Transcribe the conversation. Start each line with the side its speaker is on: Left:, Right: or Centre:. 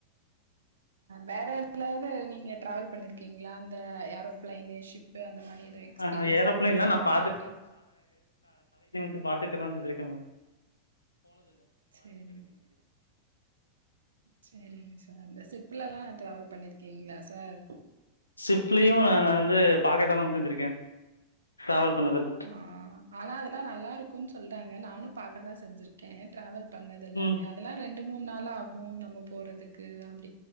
Right: வேற எதுலயாவது நீங்க டிராவல் பண்ணிருக்கீங்களா அந்த த ஏரோ ப்ளைன்னு ஷிப்பு அந்த மாதிரி எதோ எக்ஸ்பீரியன்ஸ்
Left: ஆஹா ஏரோபிளேன்லாம்
Right: இருக்கா சார்
Left: நான்
Right: உங்களுக்கு
Left: து பாத்துட்டு தா செஞ்சிருக்கே‌ மேம்
Right: சேரிங்க சேரிங்க சார் இந்த ஷிப்புல்லல்லா டிராவல் பண்ணிருக்கீங்களா சார்
Left: ஷிப்புலியு நா வந்து பாக்கதா மேம் செஞ்சிருக்கே டிராவல் பண்ணதில்ல
Right: ஆ ஆனா அதெல்லா நல்லா இருக்கும்ன்னு சொல்றாங்க நானு பாக்கதா செஞ்சிர் கே டிராவல் பண்ணதுல்ல
Left: ம்
Right: அப்டிய அதெல்லா ரெண்டு மூணு நாளாகு நமக்கு போறதுக்கு அப்